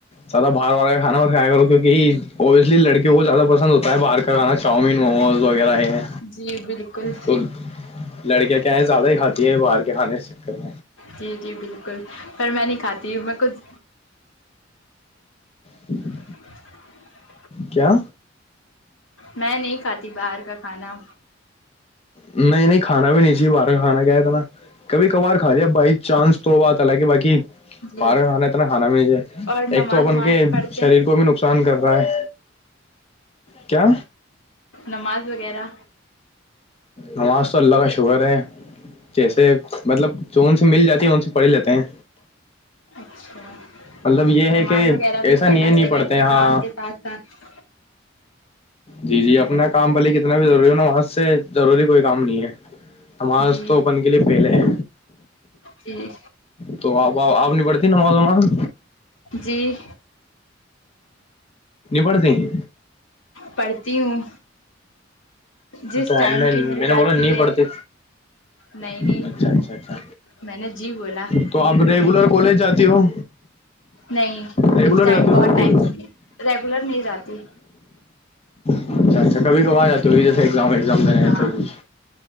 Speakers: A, on the left; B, on the left.
A: زیادہ باہار والا کا کانا کھایا کروں کیونکہ اوبویسلی لڑکیوں کو زیادہ پسند ہوتا ہے باہ کھانا چاؤمین موموز وغیرہ ہے
B: جی بالکل
A: تو لڑکیاں کیا ہے زیادہ ہی کھاتی ہے باہر کے کھانے کے چکر میں
B: جی جی بالکل پر میں نہیں کھاتی میں کچھ
A: ٹھیک ہے <inaudible>
B: <inaudible>
A: کیا
B: میں نہیں کھاتی باہر کا کھانا
A: نہیں نہیں کھانا بھی نہیں چاہیے باہر کا کھانا کیا ہے اتنا کبھی کبھار کھا لیا بائی چانس تو بات الالہ باقی
B: جی
A: پار کھانا اتنا کانا بھی نہیں
B: اور
A: ایک
B: نماز
A: تو اپن
B: وماز
A: کے
B: پڑھتے
A: شریر
B: ہیں
A: کو بھی ن نقصان کر رہا ہے کیا
B: نماز وغیرہ
A: نماز تو اللہ کا شکر ہے جیسے مطلب جو ا سے مل جاتی ہے ا سے پڑھ لیتے ہیں
B: اچھا
A: مطلب یہ ہے
B: نماز
A: کہ
B: وغیرہ بھی
A: ایسا
B: پڑھنا
A: ن نہیں
B: چاہیے
A: پڑتے
B: اپنے
A: ہاں
B: کام کے ساتھ ساتھ
A: جی جی اپنا کام بلیے کتنا بھی ضروری ہو نا نماز سے ضروری کوئی کام نہیں ہے نماز
B: جی
A: تو اپن کے لیے پہلے ہے
B: جی
A: تو اب آپ نہیں پڑتی نماز وماز
B: جی
A: پڑتے ہیں
B: پڑھتی ہوں جس
A: تو
B: ٹائم
A: ہم میں
B: کی مل
A: میں نے
B: جاتی
A: بولا نہیں
B: ہے
A: پڑتی
B: نہیں
A: اچھا
B: نہیں
A: اچھا اچھا
B: میں نے جی بولا
A: تو آپ ریگولر
B: میں ہی نہیں
A: کالج
B: بولا
A: جاتی ہو
B: نہیں
A: ریگولر
B: اس ٹائم
A: جاتی ہو
B: بہت
A: آپ
B: ٹائم
A: کالج
B: سے ریگولر نہیں جاتی
A: اچھا اچھا کب کبار آتے ہو جیےگزامگزام دیتے
B: ہاں
A: کھ